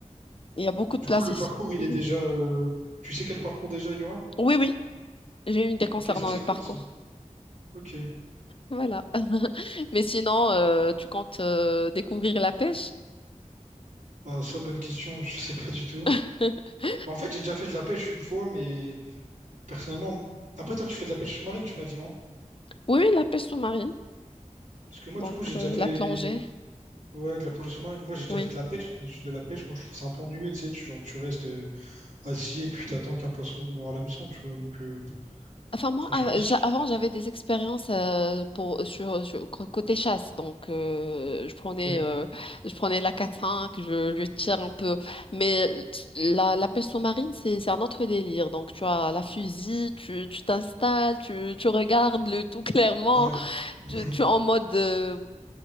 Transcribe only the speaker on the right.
Du
coup, le
parcours, il
est déjà... euh, Tu sais quel parcours déjà il y aura?
Ok, ça, c'est
cool, ça. Ok.
Ah, ça, bonne question, <laughs> je sais pas du tout.
Bah, en fait, j'ai déjà fait de la pêche une fois, mais personnellement... Après, toi, tu fais de la pêche sous-marine, tu m'as dit, non?
Parce que moi,
du coup, j'ai déjà
fait...
Ouais, de la plongée sous-marine. Moi, j'ai déjà
fait de la pêche, mais juste de la pêche, moi, je trouve ça un peu ennuyeux, tu sais. Tu, genre, tu restes euh, assis et puis t'attends qu'un poisson mord à l'hameçon, tu vois. Donc, euh,
franchement,
c'est-
ok.
Ouais. <laughs>